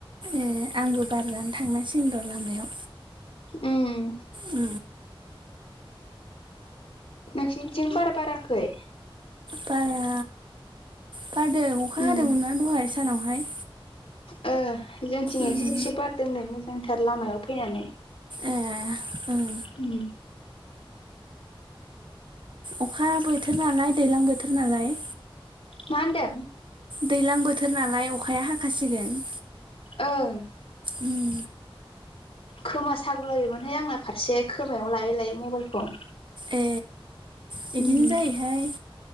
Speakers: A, on the right; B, on the left.
A: ए आंबो बार जानो थांनांसिग द' लामायाव!
B: उम!
A: उम
B: नोंसिोरनिथिं बार बाराखै?
A: बारा बारदों अखा
B: उम
A: हादोंमोन ना दहाय सानावहाय।
B: ओ जोंथिं
A: उम
B: एसे एसे बारदोंनो मोजांथार लामायाव फैनानै।
A: ए ओं
B: उम
A: अखा बोथोर नालाय दैज्लां बोथोर नालाय।
B: मा होनदों?
A: दैज्लां बोथोर नालाय अखाया हाखासिगोन।
B: ओं
A: उम
B: खोमा सागुलायबायमोनहाय आंना फारसे खोमायाव लायै लायै मबाइलखौ।
A: ए बिदिनो
B: उम
A: जायोहाय।